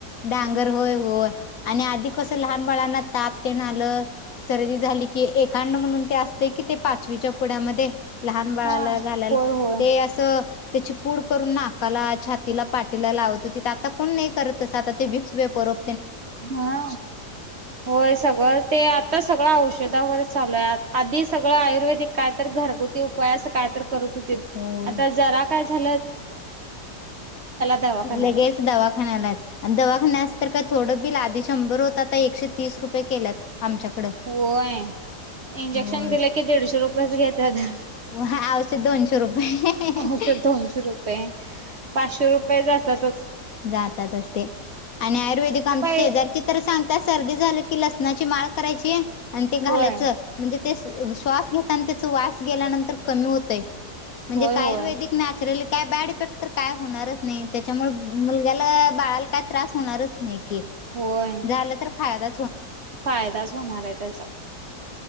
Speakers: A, on the left (about 65°); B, on the right (about 50°).
A: डांगर होय होय आणि आधी कस लहान बाळांना ताप तेन आलं सर्दी झाली की एकांड म्हणून ते असतं कि ते पाचवीच्या पुढ्यामध्ये लहान बाळाला
B: हा
A: घालायला
B: होय होय
A: ते असं त्याची पुूड करून नाकाला छातीला पाटीला लावत होती तर आता कोण नाही करतच आता ते विक्स वे परत
B: हा होये, सगळं ते आता
A: होय.
B: सगळं औषधावर चालू आधी सगळं आयुर्वेदिक काय तर घरगुती उपायास काय तर? करत होतीत.
A: हो
B: आता जरा काय? झा दवाखान्याला
A: लगेच दवाखान्यालाच आणि दवाखाना अस तर काही थोडं बिल आधी शंभर होत, आता एकशे तीस रुपये केल्यात. आमच्याकडं
B: होय, इंजेक्शन
A: होय
B: दिलं कि दीडशे रुपयचं घेत्यात.
A: व्हय आवशद दोनशे रुपये.
B: औषध
A: <unintelligible>
B: दोनशे रुपये पाचशे रुपये जातातच.
A: जातात, तच ते आणि आयुर्वेदिक आमच्या
B: पै
A: शेजारची तर, सांगत्यात सर्दी <unintelligible> की लसणाची माळ करायची, आणि ते घालायच
B: होय
A: म्हण ते श्वास घेताना त्याचा वास गेल्यानंतर, कमी होतयं. म्हणजे
B: होय
A: का
B: होय
A: आयुर्वेदिक नॅचरल काय बॅड इफेक्ट तर काय? होणारच नाही, त्याच्यामुळे मुलग्याला बाळाला काय त्रास होणारच, नाही की
B: होय
A: झालं तर फायदा
B: फायदाच होणार आहे. त्याचा